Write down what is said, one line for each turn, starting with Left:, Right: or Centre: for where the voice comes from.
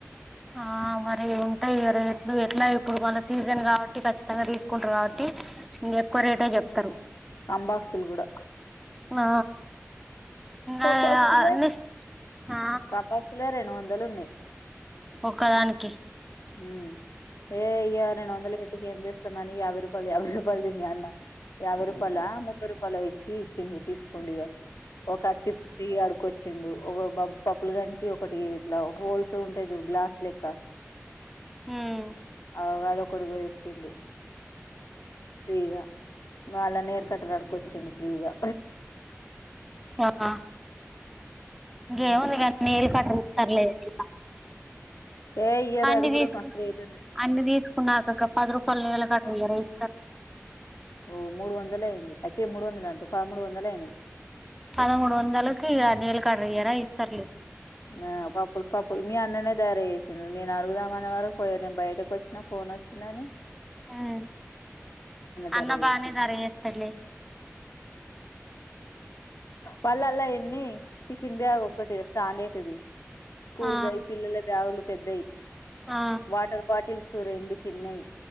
Centre: ఆ మరి ఉంటాయి ఇగ రేట్లు ఎట్లా ఇప్పుడు మల్ల సీజన్ కాబట్టి ఖచ్చితంగా తీసుకుంటారు కాబట్టి ఇంక ఎక్కువ రేటే చెప్తారు
Left: అంబాక్సులు కూడా
Centre: ఆ
Left: కంబాక్సులే
Centre: ఆ ఉన్నాయ్ కదా <inaudible> ఆ
Left: కంబాక్సులే రెండు వందలు ఉన్నాయి
Centre: ఒకదానికి
Left: ఉమ్ ఏ ఇక రెండు వందలు పెట్టికి ఏమి తెస్తాం అని రూపాల్ యాభై రూపాలల్ తెచ్ ఇగ అన్న యాబై రూపాల ముప్పై రూపలో ఇచ్చి ఇచ్చిండు తీస్కండి ఇగ కర్చిది ఇగ అడుకొచ్చిండు ఒక బబ్ పప్పులుగానికి ఒకటి ఇట్లా హోల్స్ ఉం టై చూడు గ్లాస్ లెక్క
Centre: ఉమ్
Left: అగొ అది ఒకటి కొనిచ్చిండు తే ఇగ మల్ల నేర్కట్టార్ అడు కొచ్చిండు ఫ్రీగా
Centre: ఆహ ఇగ ఏముంది ఇగ నెయిల్ కట్టర్ సర్లే ఇచిన
Left: ఏ ఇయ్యరు
Centre: అన్ని
Left: అది కూడా
Centre: తీసుకు
Left: మస్తు రేట్ ఉంది
Centre: అన్ని తీసుకు కున్నాక గా పది రూపాల నెయిల్ కట్టర్ ఇయ్యారా ఇస్తారు
Left: ఓ మూడు వందలైంది అచ్చి మూడు వందలు అంటు పదమూడు వందలు అయినాయి
Centre: పదమూడు వందలకి నెయిల్ కట్టర్ ఇయ్యారా ఇస్తారులే
Left: ఆ పప్పుల్ పప్పుల్ మీ అన్ననైతే ధర చేసిండు నేను అడుగుదామనే వారకు పోయి నేను బయటకు వచ్చినా ఫోన్ ఒచ్చిందని
Centre: ఉమ్
Left: ధర
Centre: అన్నబానే
Left: చేసిండు
Centre: ధర చేస్తాడు లే
Left: మళ్ళ ఆన్ల ఎన్ని టిఫిన్ బ్యాగ్ ఒకటె స్టాండ్టిది స్కూల్
Centre: ఆ
Left: బ్యాగ్ పిల్లల బ్యాగులు పెద్దాయి,
Centre: ఆ
Left: వాటర్ బాటిల్స్ రెండు చిన్నయి